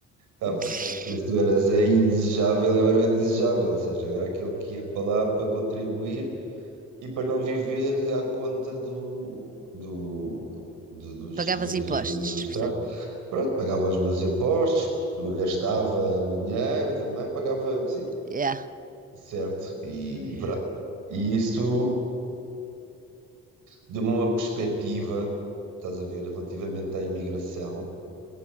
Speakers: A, on the right; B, on the right.
A: Há
B: <laughs>
A: bocado disseste, tu eras a indesejável, eu era o desejável, ou seja, eu era aquele que ia para lá para contribuir E para não viver à conta do, do, do- dos,
B: Pagavas
A: das ajudas
B: impostos,
A: do Estado.
B: portanto.
A: Pronto, pagava os meus impostos, gastava o dinheiro também, pagava, sim,
B: Yeah.
A: certo, e,
B: Yeah.
A: e pronto. E isso deu-me uma perspectiva, estás a ver, relativamente à imigração,